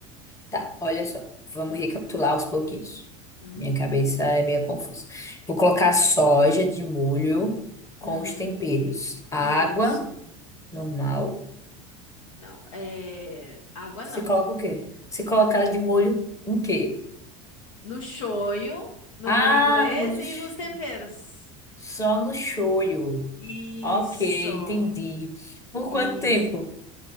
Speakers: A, on the left; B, on the left.
A: Tá, olha só. Vamos
B: Hum,
A: recapitular aos pouquinhos.
B: uhum,
A: Minha cabeça é meio confusa. Vou colocar soja de molho com
B: uhum.
A: os temperos. Água,
B: Isso.
A: normal.
B: Não, é água
A: Você
B: não.
A: coloca o quê? Você coloca ela de molho em quê?
B: No shoyu, no
A: Ah,
B: molho inglês
A: no molho.
B: e
A: sh-
B: nos temperos.
A: Só no shoyu.
B: Isso.
A: Ok, entendi. Por
B: Isso.
A: quanto tempo?